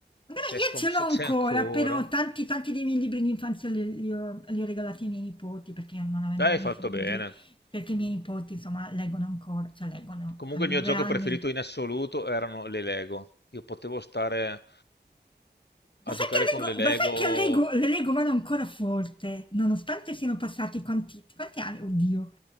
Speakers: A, on the left; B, on the left.
A: Magari
B: se è scom-
A: io ce l'ho
B: se
A: ancora,
B: c'è ancora.
A: però tanti, tanti dei miei libri di infanzia li, li ho, li ho regalati ai miei nipoti, perché non avendo
B: Dai,
A: i miei
B: hai fatto
A: figli,
B: bene.
A: perché i miei nipoti, insomma, leggono ancora, cioè leggono,
B: Comunque
A: hanno
B: il
A: nove
B: mio gioco
A: anni
B: preferito in assoluto erano le Lego. Io potevo stare a
A: Ma sai
B: giocare
A: che,
B: con
A: l'ego,
B: le Lego.
A: ma sai che l'ego, l'ego vado ancora forte, nonostante siano passati quanti, quanti anni? Oddio.